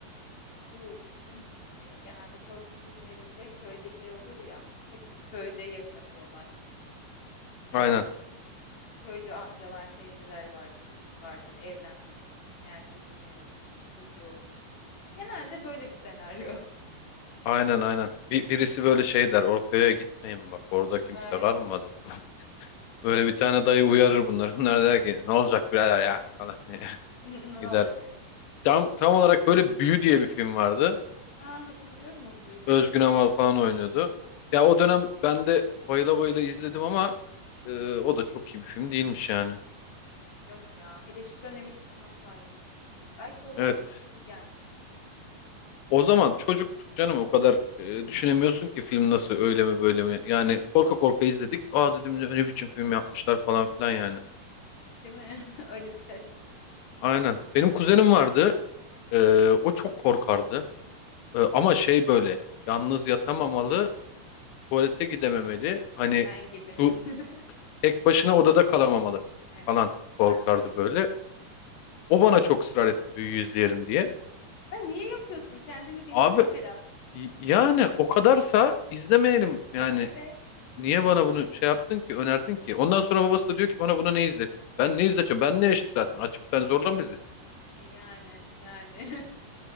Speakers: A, on the left (about 45°); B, on the left (about 90°).
A: Bu bizim e, genelde korku filmlerinde köyde şey olur ya. Hep bir köyde yaşanır olay. Ee,
B: Aynen.
A: köylü amcalar, teyzeler vardır, kız vardır, evlenmiştir. Meğerse cinle evlenmiş, çocuğu olmuş. Genelde böyle bir senaryo.
B: Aynen aynen. Bir, birisi böyle şey der Orköy'e gitmeyin bak orada kimse
A: <laughs> Aynen.
B: kalmadı. <laughs> Böyle bir tane dayı uyarır bunları. Bunlar der ki ne olacak birader ya falan diye
A: <laughs>
B: <laughs>
A: Ne
B: gider.
A: olacak? ki?
B: Tam, tam olarak böyle Büyü diye bir film vardı.
A: Aa, hatırlıyorum onu duydum.
B: Özgün Amal falan oynuyordu.
A: Evet.
B: Ya o dönem ben de bayıla bayıla izledim ama e, o da çok iyi bir film değilmiş yani.
A: Yok ya. Hele şu dönem için asla iyi bir film değil. Belki o zaman
B: Evet.
A: iyi gelmiştir sana.
B: O zaman çocuktuk canım o kadar e, düşünemiyorsun ki film nasıl öyle mi böyle mi. Yani korka korka izledik. Aa dedim ne, ne biçim film yapmışlar falan filan yani.
A: Değil mi? <laughs> Öyle bir şaşkınlık.
B: Aynen. Benim kuzenim vardı. E, o çok korkardı. E, ama şey böyle yalnız yatamamalı, tuvalete gidememeli. Hani
A: Ben gibi.
B: su
A: <laughs>
B: tek başına odada kalamamalı
A: Evet,
B: falan korkardı
A: ben de öyleyim.
B: böyle. O bana çok ısrar etti büyüyüz diyelim diye.
A: Ya niye yapıyorsun? Kendini bilsene
B: Abi
A: biraz.
B: y- yani o kadarsa izlemeyelim yani
A: Evet.
B: Niye bana bunu şey yaptın ki, önerdin ki? Ondan sonra babası da diyor ki bana buna ne izlettin? Ben ne izleteceğim? Ben ne yaşıt zaten? Açıp ben zorla mı izlettim?
A: E yani, yani.